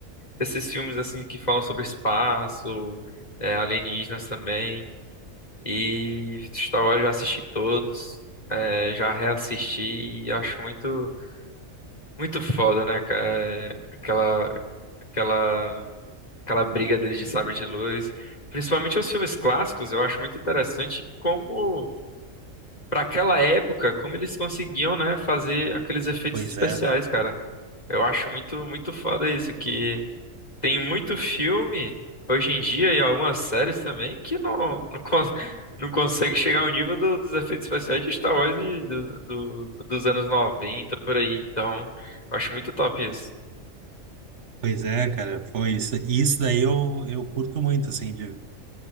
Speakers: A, on the left (about 30°); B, on the right (about 60°).
A: esses filmes, assim, que falam sobre espaço, é, alienígenas também. E Star Wars eu já assisti todos, é, já reassisti e acho muito, muito foda, né, cara? É, Aquela, aquela, aquela briga deles de sabre de luz. Principalmente os filmes clássicos, eu acho muito interessante como Pra aquela época, como eles conseguiam, né, fazer aqueles efeitos
B: Pois
A: especiais,
B: é.
A: cara. Eu acho muito, muito foda isso, que tem muito filme hoje em dia e algumas séries também que não, não, cons- <laughs> não consegue chegar ao nível do- dos efeitos especiais de Star Wars de- do, do- dos anos 90 por aí. Então, eu acho muito top isso.
B: Pois é, cara, foi isso. E Isso daí eu, eu curto muito, assim, de...